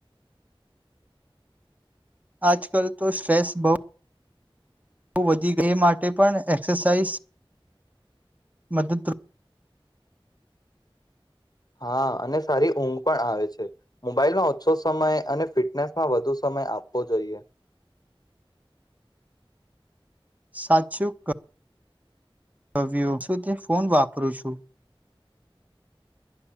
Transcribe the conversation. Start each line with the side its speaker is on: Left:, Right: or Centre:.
Right: આજકાલ તો સ્ટ્રેસ બહ વધી ગઈ માટે પણ એક્સરસાઇઝ મદદ રૂપ
Left: હા અને સારી ઊંઘ પણ આવે છે મોબાઈલમાં ઓછો સમય અને ફિટનેસમાં વધુ સમય આપવો જોઈએ.
Right: સાચું ક હ શું તે ફોન વાપરું છું.